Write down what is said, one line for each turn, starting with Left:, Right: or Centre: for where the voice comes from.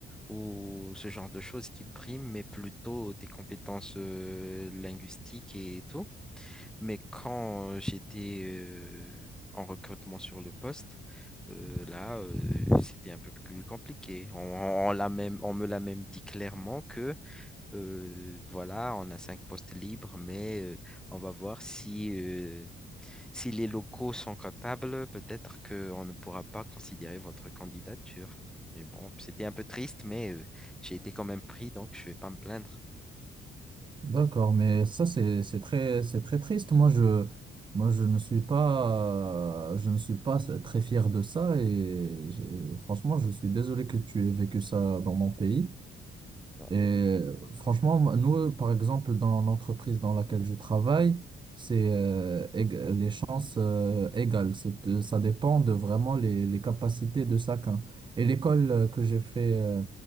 Centre: ou ce genre de choses qui priment, mais plutôt des compétences euh, linguistiques et tout. Mais quand euh, j'étais euh, en recrutement sur le poste, euh, là, euh, c'était un peu plus compliqué. On, on on l'a même, on me l'a même dit clairement que, euh, voilà, on a cinq postes libres, mais euh, on va voir si euh, si les locaux sont capables, peut-être qu'on ne pourra pas considérer votre candidature. Mais bon, c'était un peu triste, mais euh, j'ai été quand même pris, donc je ne vais pas me plaindre.
Right: D'accord mais ça c'est c'est très c'est très triste moi je moi je ne suis pas euh, je ne suis pas très fier de ça et j'ai- franchement je suis désolé que tu aies vécu ça dans mon pays.
Centre: Ouais,
Right: Et
Centre: mais-
Right: euh, franchement, moi, nous, par exemple, dans l'entreprise dans laquelle je travaille, c'est euh, ég- les chances euh, égales. C'est, euh, ça dépend de vraiment les, les capacités de chacun. Et l'école euh, que j'ai fait, euh,